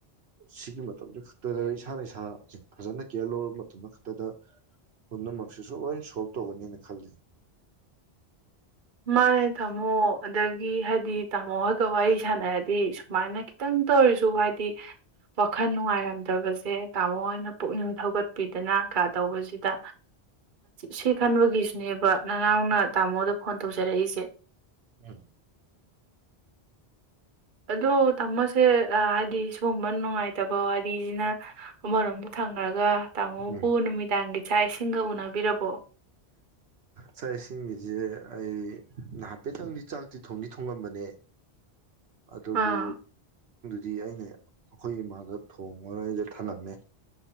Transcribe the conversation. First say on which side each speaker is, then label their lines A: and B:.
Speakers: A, on the right (about 75°); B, on the right (about 50°).
A: ꯁꯤꯒꯤ ꯃꯇꯝꯁꯤꯦ ꯈꯛꯇꯗ ꯏꯁꯥꯅ ꯏꯁꯥꯁꯦ ꯐꯖꯅ ꯀꯦꯌꯔ ꯂꯧꯔꯕ ꯃꯇꯝꯗ ꯈꯛꯇꯗ ꯄꯨꯝꯅꯃꯛꯁꯤꯁꯨ ꯂꯣꯏ ꯁꯣꯜꯕ ꯇꯧꯒꯅꯤꯅ ꯈꯜꯂꯤ
B: ꯃꯥꯅꯦ ꯇꯥꯃꯣ ꯑꯗꯒꯤ ꯍꯥꯏꯗꯤ ꯇꯥꯃꯣ ꯍꯣꯏꯒ ꯋꯥꯔꯤ ꯁꯥꯟꯅꯔꯗꯤ ꯁꯨꯃꯥꯏꯅ ꯈꯤꯇꯪ ꯇꯧꯔꯁꯨ ꯍꯥꯏꯗꯤ ꯋꯥꯈꯜ ꯅꯨꯡꯉꯥꯏꯔꯝꯗꯕꯁꯦ ꯇꯥꯃꯣ ꯍꯅ ꯄꯨꯛꯅꯤꯡ ꯊꯧꯒꯠ ꯄꯤꯤꯗꯅ ꯀꯥ ꯇꯧꯕꯁꯤꯗ ꯁ ꯈꯥꯟꯕꯨ ꯒꯤ꯭ꯁ ꯅꯕ ꯅꯅꯥꯎꯅ ꯇꯥꯃꯣꯗ ꯐꯣꯟ ꯇꯧꯖꯔꯛꯏꯁꯦ
A: ꯎꯝ
B: ꯑꯣ ꯇꯃꯁꯦ ꯍꯥꯏꯗꯤ ꯁꯤꯒꯨꯝꯕ ꯅꯨꯡꯉꯥꯏꯇꯕ ꯋꯥꯔꯤꯁꯤꯅ ꯑꯃꯔꯣꯝꯗꯣ ꯊꯝꯈ꯭ꯔꯒ ꯇꯃꯣ
A: ꯎꯝ
B: ꯄ ꯅꯨꯃꯤꯗ ꯏꯥꯛ ꯏꯁꯤꯡꯒ ꯎꯅꯕꯤꯔꯕꯣ
A: ꯆ ꯏꯁꯤꯡꯒꯤꯁꯦ ꯑꯩ ꯍꯥꯏꯐꯦꯠꯇꯪꯗꯤ ꯆꯥꯛꯇꯤ ꯊꯣꯡꯗꯤ ꯊꯣꯡꯉꯝꯕꯅꯦ ꯑꯗꯕꯨ
B: ꯑꯥ
A: ꯗꯤ ꯑꯩꯅ ꯑꯩꯈꯣꯏ ꯏꯃꯥꯒ ꯊꯣꯡꯉꯅ ꯑꯩꯖꯦ ꯊꯝꯃꯝꯃꯦ